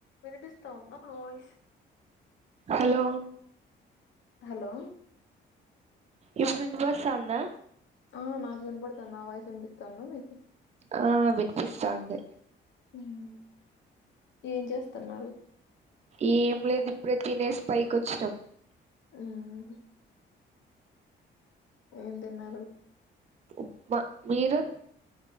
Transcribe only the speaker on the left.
వినిపిస్తాందా నా voice.
Hello.
ఆహ్ నాకు విన్పడ్తాంది నా వాయిస్ విన్పిస్తాందా మీకు.
ఉమ్ ఏం చేస్తున్నారు.
ఉమ్ ఏం తిన్నారు.